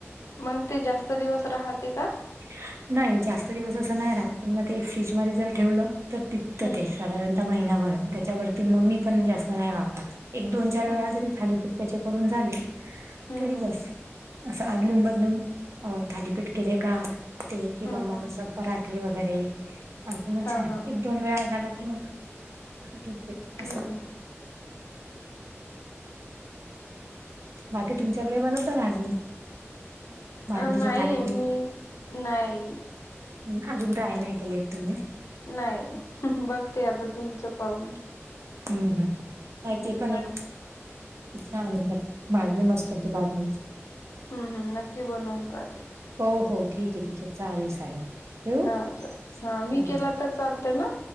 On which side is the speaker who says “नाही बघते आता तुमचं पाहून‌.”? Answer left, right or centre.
Left